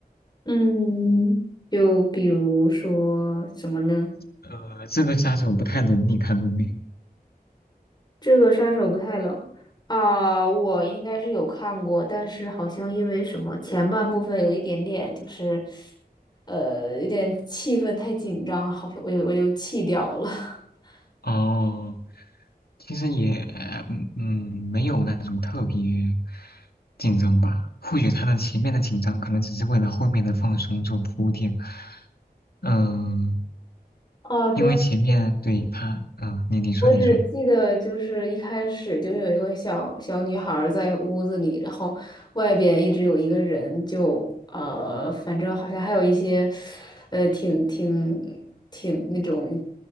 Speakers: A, on the left; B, on the left.
A: 嗯，就比如说什么呢？
B: 呃，这个杀手不太冷，你看过没？
A: 这个杀手不太冷啊，我应该是有看过，但是好像因为什么前半部分有一点点就是，呃，有点气氛太紧张，好像我就我就弃掉了。<laughs>
B: 哦，其实也，嗯，嗯没有那种特别紧张吧。或许他的前面的紧张，可能只是为了后面的放松做铺垫。嗯，
A: 啊，这
B: 因为前面对他，嗯，你你说你说，
A: 我只记得就是一开始就有一个小小女孩儿在屋子里，然后外边一直有一个人就，呃，反正好像还有一些，呃，挺挺挺那种，